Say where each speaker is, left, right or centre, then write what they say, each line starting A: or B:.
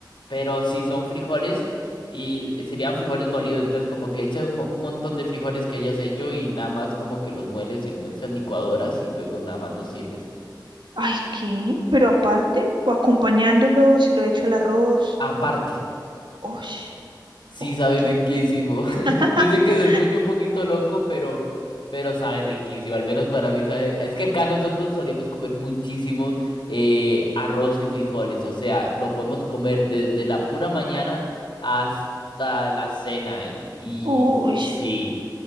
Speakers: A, on the left; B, on the right.
A: pero si son frijoles y l- serían frijoles molidos, entonces como que echas un mo- un montón de frijoles que hayas hecho y nada más como que los mueles en esas licuadoras y luego nada más los sirves.
B: Ay, ¿qué? Pero aparte, o acompañándolo, si lo echo al arroz.
A: Aparte.
B: Ush,
A: Sí,
B: ok.
A: sabe riquísimo. <laughs>
B: <laughs>
A: Yo sé que se escucha un poquito loco, pero, pero sabe riquísimo. Al menos para mí sabe. Es que acá nosotros solemos comer muchísimo eh, arroz y frijoles. O sea, lo podemos comer desde la pura mañana hasta la cena. Y, y-
B: Ush.
A: y sí,